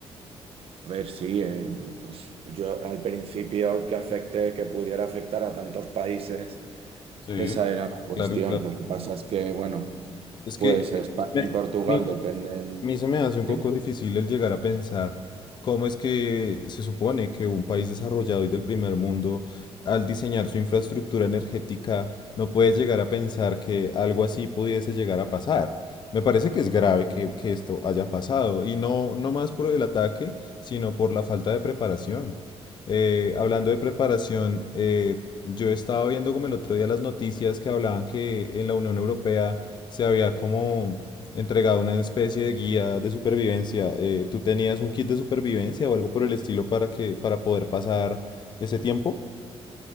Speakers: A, on the right; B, on the left.
A: a ver, sí, eh, pues yo al principio que afecte, que pudiera afectar a tantos países,
B: Sí,
A: esa era la cuestión.
B: claro, claro.
A: Lo que pasa es que, bueno,
B: Es
A: Pues
B: que
A: España
B: me-
A: y Portugal
B: mi, A
A: dependen.
B: mí se me hace un poco
A: ¿Sí?
B: difícil el llegar a pensar cómo es que se supone que un país desarrollado y del primer mundo, al diseñar su infraestructura energética, no puede llegar a pensar que algo así pudiese llegar a pasar. Me parece que es grave que, que esto haya pasado, y no, no más por el ataque, sino por la falta de preparación. Eh, hablando de preparación, eh, yo estaba viendo como el otro día las noticias que hablaban que en la Unión Europea se había como entregaba una especie de guía de supervivencia. Eh, ¿tú tenías un kit de supervivencia o algo por el estilo para que, para poder pasar ese tiempo?